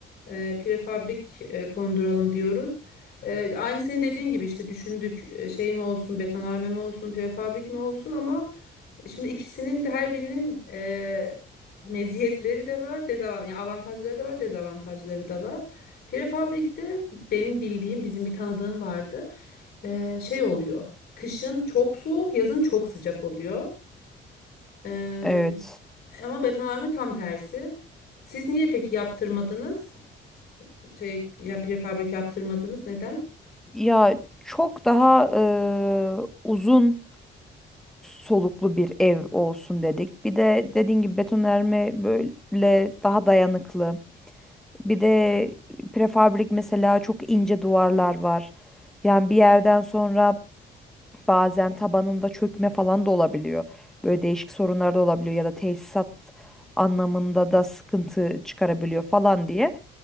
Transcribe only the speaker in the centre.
Evet.
Ya çok daha eee, uzun. soluklu bir ev olsun dedik. Bir de dediğin gibi betonarme böyle daha dayanıklı. Bir de prefabrik mesela çok ince duvarlar var. Yani bir yerden sonra bazen tabanında çökme falan da olabiliyor. Böyle değişik sorunlar da olabiliyor ya da tesisat anlamında da sıkıntı çıkarabiliyor falan diye